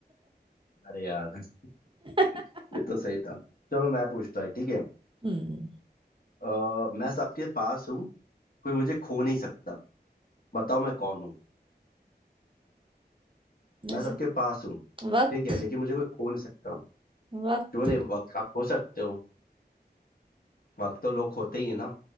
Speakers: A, on the left; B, on the right.
A: अरे यार <laughs>
B: <laughs>
A: ये तो सही था चलो मैं पूछता है ठीक है
B: हम्म
A: अ, मैं सबके पास हूँ कोई मुझे खो नहीं सकता बताओ मैं कौन हूँ मैं
B: ऐसे
A: सबके पास हूँ
B: वक्त
A: ठीक है लेकिन मुझे कोई खो नहीं सकता
B: वक्त
A: क्यों नहीं वक्त आप खो सकते हो वक्त तो लोग खोते ही है ना